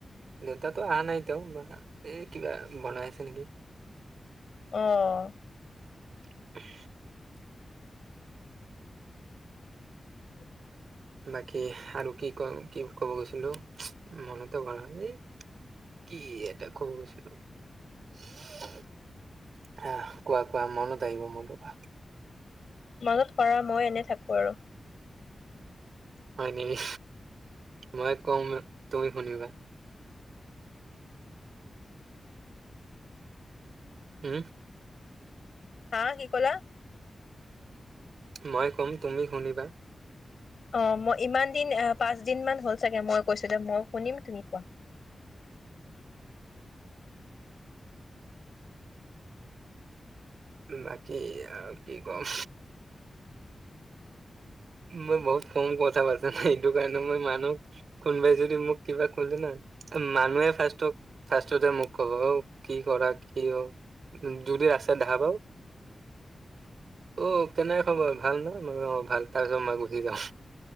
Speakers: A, on the right (about 70°); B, on the left (about 55°).
A: দেউতো অহা নাই এতিয়া মায়ে এই কিবা বনাই আছে নেকি
B: অঁ <inaudible>
A: <inaudible>
B: উম
A: বাকী আৰু কি ক কি ক'ব গৈছিলো মনেতে পৰা নাই কি এটা কব গৈছিলো কোৱা কোৱা মনত আহিব মোৰ তোমাৰ
B: মাজত কৰা মই এনে থাকো আৰু
A: হয় নেকি মই কম তুমি শুনিবা উম
B: হা, কি ক'লা?
A: মই ক'ম, তুমি শুনিবা
B: অ', মই ইমান দিন, পাঁচ দিনমান হ'ল চাগে, মই কৈছোঁ দে, মই শুনিম, তুমি কোৱা।
A: বাকী আৰু কি কম, মই বহুত কম কথা পাতো ন, সেইটো কাৰণে মই মানুহ, কোনবাই যদি মোক কিবা কলে ন, মানুহে ফাৰ্ষ্টত, ফাৰ্ষ্টতে মোক কব, অ' কি কৰা, কিয়, যদি আছে <unintelligible> হব, অ' কেনে খবৰ ভাল নে, মই <unintelligible> অ' ভাল, তাৰ পিছত মই গুচি যাওঁ,